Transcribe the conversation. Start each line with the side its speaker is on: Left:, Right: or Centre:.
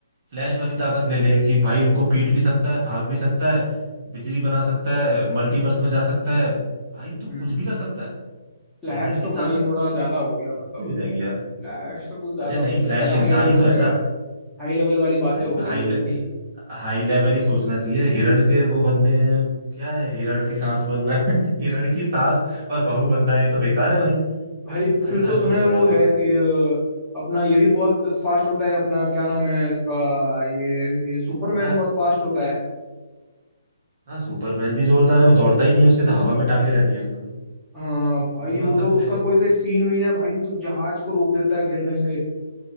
Right: फ्लैश वाली ताकत ले ले कि भाई उनको पीट भी सकता है भाग भी सकता है बिजली बना सकता है मल्टीवर्स में जा सकता है भाई तू
Centre: हम्म
Right: कुछ भी कर सकता है
Centre: फ्लैश
Right: हिरण की
Centre: तो भाई
Right: ताकत
Centre: थोड़ा
Right: से
Centre: ज्यादा
Right: तो बेइज्जती
Centre: हो गया मतलब
Right: हो जाएगी यार
Centre: फ्लैश तो कुछ ज्यादा
Right: अरे नहीं
Centre: हो गया
Right: फ्लैश
Centre: ज्यादा
Right: इंसान
Centre: हाई लेवल
Right: ही तो
Centre: हो
Right: है
Centre: गया
Right: ना
Centre: हाई लेवल वाली बातें
Right: भाई
Centre: हो गई
Right: हाई
Centre: वो
Right: ले,
Centre: थोड़ी
Right: हाई लेवल ही सोचना चाहिए हिरण के वो बनने क्या है हिरण की सांस बनना
Centre: हाँ।
Right: <laughs> हिरण की सांस और बहू बनना ये तो बेकार है भाई
Centre: भाई
Right: भाई
Centre: फिर तो
Right: हल्क
Centre: सुना
Right: बनो
Centre: है वो
Right: यार
Centre: हेयर
Right: तुम
Centre: ये, अपना ये भी बहुत फास्ट होता है अपना क्या नाम है इसका ये ये सुपरमैन
Right: बंदर
Centre: बहुत फास्ट होता है
Right: हाँ सुपरमैन भी जोरदार है वो दौड़ता ही नहीं है उसकी तो हवा में टांगे रहती है हर समय
Centre: हाँ भाई
Right: वो भी बन
Centre: वो
Right: सकते
Centre: तो उसका
Right: हैं
Centre: कोई तो एक सीन वीन है भाई वो तो जहाज को रोक देता है गिरने से